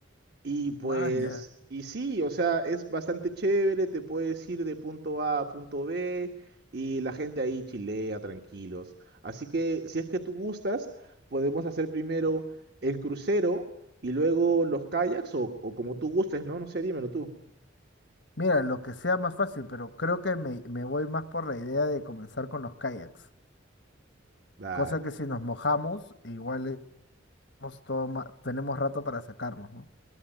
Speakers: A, on the right (about 55°); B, on the left (about 65°).
A: Y pues,
B: Man, ya.
A: y sí, o sea, es bastante chévere, te puedes ir de punto A a punto B y la gente ahí chilea tranquilos. Así que si es que tú gustas, podemos hacer primero el crucero y luego los kayaks o, o como tú gustes, ¿no? No sé, dímelo tú.
B: Mira, lo que sea más fácil, pero creo que me, me voy más por la idea de comenzar con los kayaks.
A: Dale.
B: Cosa que si nos mojamos, igual estamos todo ma- tenemos rato para sacarnos, ¿no?